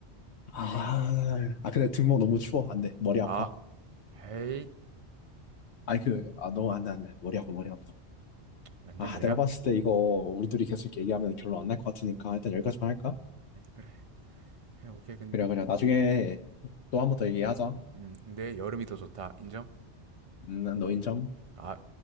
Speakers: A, on the left; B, on the right.
A: 아, 아 근데 등목 너무 추워 안돼 머리 아파
B: 아 헤이
A: 아니 그, 아, 너무 안 돼, 안 돼. 머리 아파, 머리 아파.
B: 완전
A: 아,
B: 연약
A: 내가 봤을 때 이거 우리 둘이 계속 이렇게 얘기하면 결론 안 날 것 같으니까 일단 여기까지만 할까?
B: 음 해, 오케이 근,
A: 그래, 그래. 나중에 또 한 번 더 얘기하자.
B: 음, 근데 여름이 더 좋다 인정
A: 음, 난너 인정?
B: 아